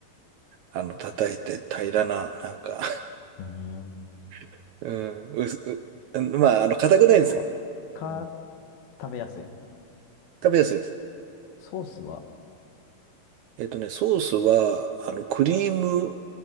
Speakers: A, on the right (about 80°); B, on the left (about 90°).
A: あの、
B: なんだっけな。
A: 叩いて平らな、なんか
B: うーん。
A: <laughs> うん、うす、うんまあ、あの、硬くないんですよね。
B: ということは、か、
A: うん
B: 食べやすい。
A: 食べやすいです。
B: ソースは
A: えっとね、ソースは、あの、クリーム